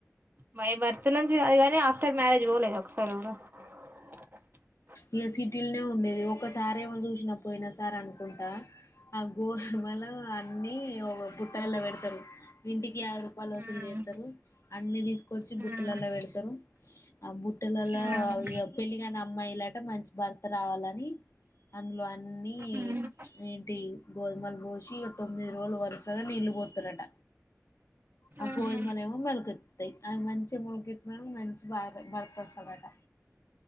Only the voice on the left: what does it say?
ఇగ సిటీల్నే ఉండేది. ఒక సారేమో చూసినా పోయిన సార్ అనుకుంటా ఆ గోధుమల అన్ని ఒక బుట్టలలో పెడతరు. ఇంటికి ఆరు రూపాలు వసలు
చేస్తారు. అన్ని తీసుకొచ్చి
బుట్టలలో పెడతరు. ఆ బుట్టలల్ల
ఇగ పెళ్ళిగాని అమ్మాయి ఇ మంచి భర్త రావాలని అందులో అన్నీ
ఏంటి గోధుమలు పోసి ఇగ తొమ్మిది రోజులు వరుసగా నీళ్ళు పొత్తరట ఆ
గోధుమలు ఏమో మొలకెత్తుతయి. అవి మంచిగా మొలకొత్తినాకా మంచి బా భర్త వస్తాడట.